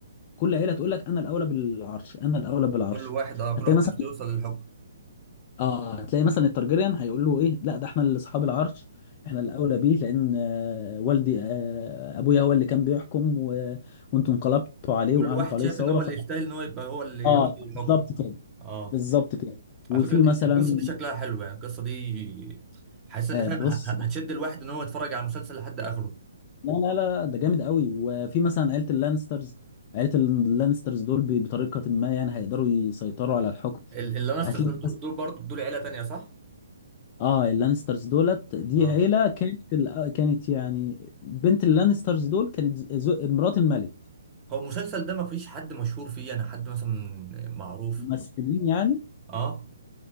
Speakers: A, on the left (about 30°); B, on the right (about 20°).
A: كل عيله تقول لك انا الاولى بالعرش انا الاولى بالعرش
B: كل واحد اه
A: هتلاقي
B: كل واحد
A: مثلا
B: نفسه يوصل للحكم
A: اه تلاقي مثلا الترجريان هيقول له ايه لا ده احنا اللي اصحاب العرش احنا الاولى بيه لان آه، والدي آه، ابويا هو اللي كان بيحكم و... وانتوا انقلبتوا عليه
B: كل
A: وعملتوا
B: واحد
A: عليه
B: شايف
A: ثوره
B: ان هو
A: ف...
B: اللي يستاهل ان هو يبقى هو اللي
A: اه
B: يوصل للحكم
A: بالظبط كده
B: اه
A: بالظبط كده وفي
B: على فكرة دي
A: مثلا
B: القصة دي شكلها حلو يعني القصة دي حاسس ان
A: آه
B: فاهم
A: بص
B: ه- هتشد الواحد ان هو يتفرج على المسلسل لحد اخره
A: لا لا لا ده جامد قوي وفي مثلا عيله اللانسترز عيله اللانسترز دول ب- بطريقه ما يعني هيقدروا يسيطروا على الحكم
B: ال- اللانستر
A: هتلاقي
B: دول دول برضه دول عيلة تانية صح؟
A: اه اللانسترز دولت دي
B: اه
A: عيلة كانت ال... كانت يعني بنت اللانسترز دول كانت ز- زو... مرات الملك
B: هو المسلسل ده ما فيش حد مشهور فيه يعني حد مثلا معروف
A: ممثلين يعني
B: اه